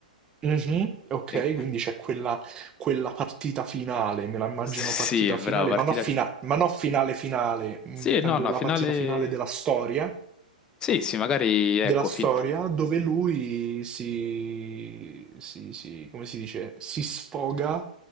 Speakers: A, on the right (about 20°); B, on the left (about 20°).
A: Mhm, ok,
B: E-
A: quindi c'è quella, quella partita finale, me la immagino
B: sì,
A: partita
B: brava,
A: finale, ma
B: partita
A: non, fina-
B: finale.
A: ma non finale finale, mm,
B: Sì,
A: intendo
B: no, no,
A: la
B: finale...
A: partita finale della storia,
B: Sì, sì, magari,
A: della
B: ecco,
A: storia
B: fin-
A: dove lui si, si, si- come si dice, si sfoga